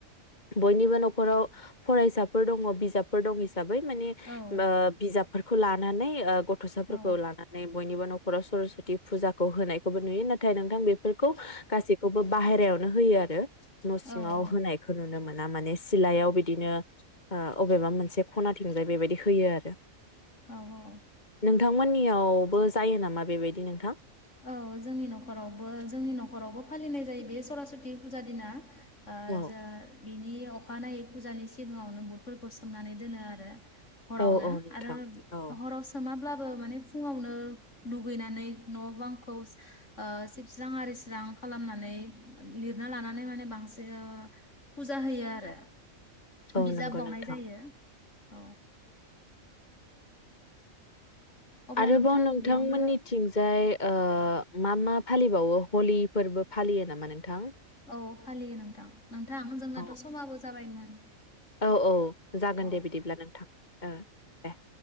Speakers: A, on the left; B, on the left.
A: बयनिबो न'खराव फरायसाफोर दङ बिजाबफोर दं एस बै मान ओ
B: औ
A: बिजाब फोरखौ लानानै ओ गथ गथ'साफोरखौ
B: औ
A: लानानै बयनिबो न'ख खराव सरासति फुजाखौ होनायखौबो नुयो नाथाय नोंथां बेफोरखौ गासैखौबो बाहेरायावनो होयो आरो। न' सिङाव
B: औ
A: होनायखौ नुनो मोन नामोन माने सिलायाव बिदिनो ओ अबेबा मोनसे खनाथिंजाय बेबायदि होयो आरो।
B: औ औ।
A: नोंथांमोननियावबो जायो नामा बेबायदि नोंथां?
B: औ जोंनि नखरावबो जोंनि न'खरावबो फालिनाय जायो बे सरासति फुजा दिना। ओ
A: औ
B: जार। बिनि अखानायै फुजानि सिगाङावनो बुटफोरखौ सोमनानै दोनो आरो। हरावनो
A: औ औ नोंथां
B: आरो
A: औ
B: हराव सोमा अब्लाबो माने फुङावनो दुगैनानै न' बांखौ ओ सिबस्रां आरिस्रां खालामनानै लिरना लानानै माने बांसिन ओ फुजा होयो आरो।
A: औ
B: बिजाब
A: नंगौ
B: बावनाय
A: नोंथां
B: जायो औ। अब्ला
A: आरोबाव
B: नोंथां
A: नोंथांमोननिथिंजाय
B: बेयावनो
A: ओ ओ मा मा फालिबावो हलि फोरबो फालियो नामा नोंथां?
B: औ फालियो नोंथां। नोंथां जोंनाथ'
A: औ
B: समाबो जाबायमोन।
A: औ औ जागोन
B: औ
A: दे बिदिब्ला नोंथां ओ दे।